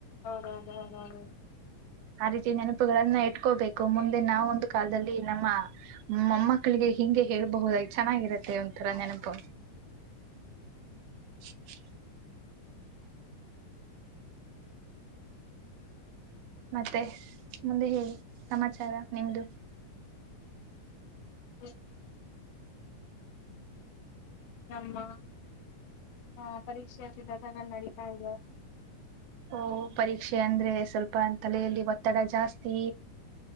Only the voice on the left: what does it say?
ಹೌದೌದು ಹೌದೌದು
ಹುಯ್. ನಮ್ಮ ಹ ಪರೀಕ್ಷೆಯ ಸಿದ್ಧತೆಗಳ್ ನೆಡಿತ್ತ ಇದೆ.